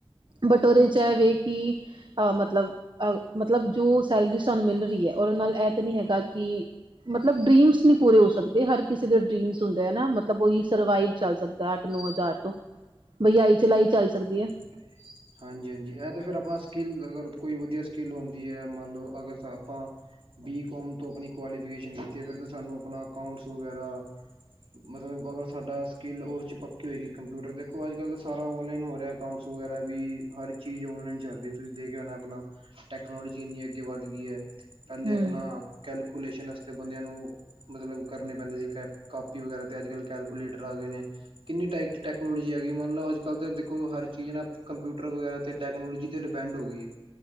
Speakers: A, on the right; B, on the right.
A: ਬਟ ਔਦੇ ਵਿਚ ਐ ਵੇ ਕਿ ਅ ਮਤਲਬ ਅ ਮਤਲਬ ਜੋ ਸੈਲਰੀ ਸਾਨੂੰ ਮਿਲ ਰੀ ਐ ਉਦੇ ਨਾਲ ਐ ਤੇ ਨੀ ਹੈਗਾ ਕਿ ਮਤਲਬ ਡਰੀਮਸ ਨੀ ਪੂਰੇ ਹੋ ਸਕਦੇ ਹਰ ਕਿਸੇ ਡਰੀਮਸ ਹੁੰਦੇ ਆ ਨਾ ਮਤਲਬ ਉਹੀ ਸਰਵਾਈਵ ਚੱਲ ਸਕਦਾ ਏ ਅੱਠ-ਨੋ ਹਜ਼ਾਰ ਤੋ। ਬਈ ਆਈ ਚਲਾਈ ਚੱਲ ਸਕਦੀ ਏ।
B: <inaudible> ਹਾਂਜੀ-ਹਾਂਜੀ, ਐ ਤਾਂ ਫਿਰ ਆਪਣਾ ਸਕਿੱਲ ਅਗਰ ਕੋਈ ਵਧੀਆ ਸਕਿੱਲ ਹੁੰਦੀ ਹੈ, ਮੰਨ ਲਓ ਅਗਰ ਆਪਾਂ ਬੀ-ਕੋੌਮ ਤੋਂ ਆਪਣੀ ਕੁਆਲੀਫਿਕੇਸ਼ਨ ਕੀਤੀ ਏ ਫਿਰ ਤਾਂ ਸਾਨੂੰ ਆਪਣਾ ਅਕਾਊਂਟਸ ਵਗੈਰਾ ਮਤਲਬ ਅਗਰ ਸਾਡਾ ਸਕਿੱਲ ਉਹ 'ਚ ਪੱਕੀ ਹੋਏਗੀ ਕੰਪਿਊਟਰ ਦੇਖੋ ਅੱਜ ਕੱਲ੍ਹ ਸਾਰਾ ਔਨਲਾਈਨ ਹੋ ਰਿਆ। ਅਕਾਊਂਟਸ ਵਗੈਰਾ ਵੀ ਹਰ ਚੀਜ਼ ਔਨਲਾਈਨ ਚੱਲ ਰੀ ਤੁਸੀਂ ਦੇਖੀਆਂ ਹੋਨਾ ਆਪਣਾ ਟੈਕਨੋਲੋਜੀ ਇੰਨੀ ਅੱਗੇ ਵੱਧ ਗਈ ਏ ਪਹਿਲੇ
A: ਹਮ
B: ਆਪਣਾ ਕੈਲਕੂਲੇਸ਼ਨ ਵਾਸਤੇ ਬੰਦਿਆਂ ਨੂੰ ਮਤਲਬ ਕਰਨੇ ਪੈਂਦੇ ਸੀ ਕੈ ਕਾਪੀ ਵਗੈਰਾ ਤੇ ਅੱਜ ਕੱਲ੍ਹ ਕੈਲਕੂਲੇਟਰ ਆ ਗਏ ਨੇ। ਕਿੰਨੀ ਟਾਇਟ ਟੈਕਨੋਲੋਜੀ ਆਗੀ ਮੰਨ ਲਓ ਅੱਜ ਕੱਲ ਤੱਕ ਦੇਖੋ ਹਰ ਚੀਜ਼ ਨਾ ਕੰਪਿਊਟਰ ਵਗੈਰਾ ਤੇ ਟੈਕਨੋਲੋਜੀ ਤੇ ਡਿਪੈਂਡ ਹੋ ਗਈ ਏ।